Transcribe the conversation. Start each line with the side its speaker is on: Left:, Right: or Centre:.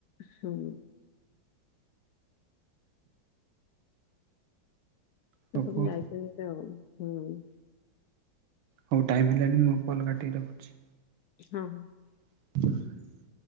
Left: ସୁଉଁ।
Right: ହଉ
Left: ସେସବୁ
Right: କୁହ
Left: ଯାଇଛନ୍ତି ତ ଆଉଁ ହୁଁ।
Right: ହୋଉ ଟାଇମ୍ ହେଲାଣି ମୁଁ ଫୋନ କାଟିକି ରଖୁଛି।
Left: ହଁ।
Right: <inaudible>